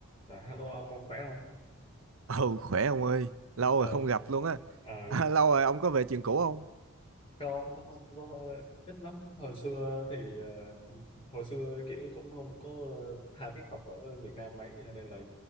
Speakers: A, on the left (about 25°); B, on the right (about 70°).
A: Dạ, hello ông, ông khỏe không?
B: Ừ khỏe ông ơi Lâu
A: Ờ,
B: rồi không gặp luôn á
A: à,
B: à, <laughs> Lâu rồi ông có về trường cũ không
A: không, tôi không có ít lắm. Hồi xưa thì ờ, hồi xưa kiểu cũng không có tha thiết học ở Việt Nam mấy, cho nên là